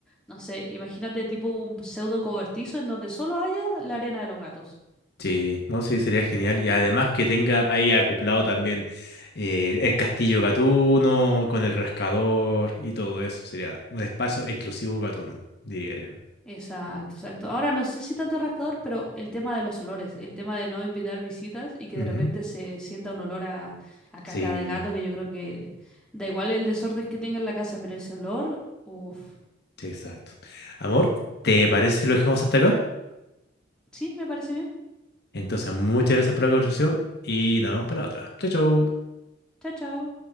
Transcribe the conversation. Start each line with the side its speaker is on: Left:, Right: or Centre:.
Centre: no sé, imagínate tipo un pseudo cobertizo en donde solo haya la arena de los gatos.
Left: Sí, no, sí, sería genial. Y además que tenga ahí acoplado también eh, el castillo Gatuno con el rascador y todo eso. Sería un espacio exclusivo Gatuno, diría yo.
Centre: Exacto, exacto. Ahora no sé si tanto rascador, pero el tema de los olores, el tema de no invitar visitas y que
Left: Ujú,
Centre: de repente se sienta un olor a, a caca
Left: Sí.
Centre: de gato, que yo creo que da igual el desorden que tenga en la casa, pero ese olor, uff.
Left: Sí, Exacto. Amor, ¿te parece si lo dejamos hasta acá?
Centre: Sí, me parece bien.
Left: Entonces, muchas gracias por la conversación y nos vemos para la otra. Chao, chao.
Centre: Chao, chao.